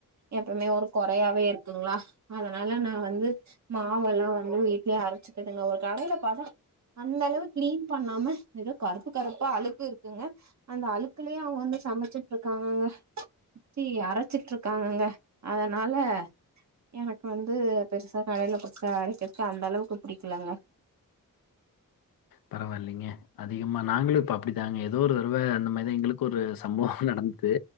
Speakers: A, on the right; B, on the left.
A: எப்பவுமே ஒரு கொறையாவே இருக்குங்களா அதனால நா வந்து மாவெல்லா வந்து வீட்லயே அரைச்சுக்குனுங்க ஒரு கடையில பாத்தா அந்தளவு கிரீம் பண்ணாம ஏதோ கருப்பு கருப்பா அழுக்கு இருக்குங்க அந்த அழுக்குலயே அவுங்க வந்து சமைச்சிட்டு இருக்காங்கங்க மிக்சி அரைச்சிட்டு இருக்காங்கங்க அதனால எனக்கு வந்து பெர்சா கடையில குடுத்து அரைக்கிறதுக்கு அந்த அளவுக்கு பிடிக்கலங்க
B: பரவாயில்லிங்க அதிகமா நாங்களும் இப்ப அப்டித்தாங்க எதோ ஒரு தடவ அந்த மாரிதா எங்களுக்கு ஒரு சம்பவொ நடந்துது